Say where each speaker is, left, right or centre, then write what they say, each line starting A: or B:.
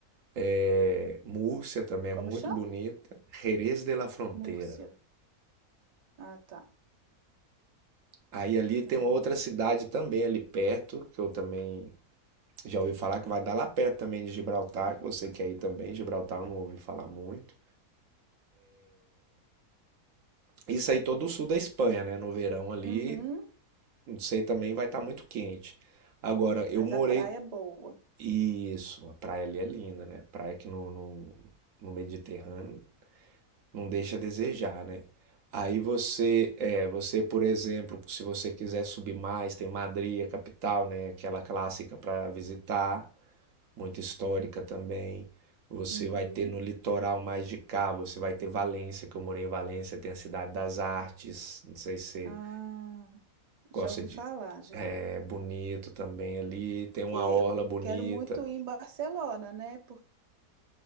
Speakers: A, on the right (about 65°); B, on the right (about 45°).
A: É, Múrcia também
B: como
A: é muito
B: chama?
A: bonita. Jerez de la Frontera.
B: Múrcia. Ah, tá.
A: Aí ali
B: Granada.
A: tem uma outra cidade também ali perto, que eu também já ouvi falar que vai dar lá perto também de Gibraltar, que você quer ir também. Gibraltar eu não ouvi falar muito. Isso aí todo o sul da Espanha, né? No verão ali,
B: Uhum.
A: não sei, também vai estar muito quente. Agora, eu
B: Mas
A: morei
B: a praia é boa.
A: Isso, a praia ali é linda, né? Praia que no, no, no Mediterrâneo não deixa a desejar, né? Aí você, é, você, por exemplo, se você quiser subir mais, tem Madrid, a capital, né? Aquela clássica para visitar, muito histórica também. Você
B: Uhum.
A: vai ter no litoral mais de cá, você vai ter Valência, que eu morei em Valência, tem a Cidade das Artes, não sei se você
B: Ah, já
A: gosta
B: ouvi
A: de,
B: falar, já.
A: é bonito também ali, tem uma
B: Eh,
A: orla
B: Eu
A: bonita.
B: quero muito ir em Barcelona, né? Por...